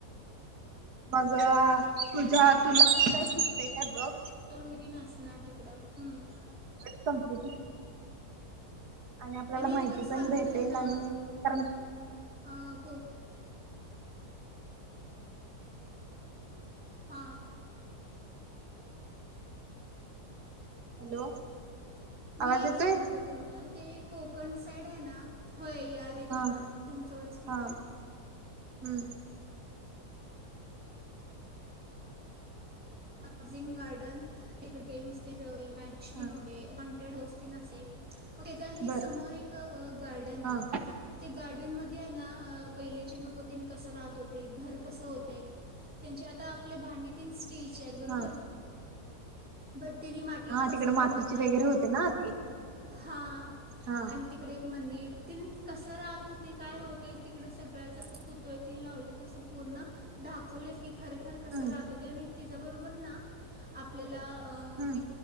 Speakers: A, on the right; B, in the centre.
A: माझ तुझ्या तुला आणि काय सुचतंय काय बघ.
B: तर मी बी नसणार तिकडं हम्म.
A: संपली की, आणि आपल्याला माहिती
B: अगर सांगितलं
A: पण भेटेल आणि कारण
B: आं को हां.
A: हॅलो.
B: मी
A: आवाज
B: एक
A: येतोय
B: सांगू काय तुम्हाला, ते कोकण साईड आहे ना होय यायलय तुम्हाला
A: हा
B: तुमचं वॉईस क्लिअर
A: हा
B: आहे.
A: हम्म.
B: हाऊसिंग गार्डन इकडे गेम्स तेन खेळ मॅजिकन
A: हा
B: होते, हॉंटेड हाऊस तेन असते. त्याच्याही
A: बर
B: समोर एक गार्डन
A: हा
B: आहे. ते गार्डन मध्ये आहे ना पहिलेचे लोक तिने कसं राहत होते घर कसं होतेत त्यांचे आता आपले भांडी तेन स्टीलचे आहेत. बरोबर?
A: हा
B: बरं तेनी मातीने
A: हा
B: कस
A: तिकडे मातीची
B: बनवतात?
A: वगैरे होते ना ती
B: हां
A: हा
B: आणि तिकडे एक मंदिर तेनी कसं राहत होते? काय होते? तिकडे सगळ्याच असं पुत तळे तेन लावलेत असं पूर्ण दाखवलेत की खरं खरं कसं
A: हम्म
B: राहत होते? आणि त्याच्याबरोबर ना आपल्याला
A: हम्म
B: ते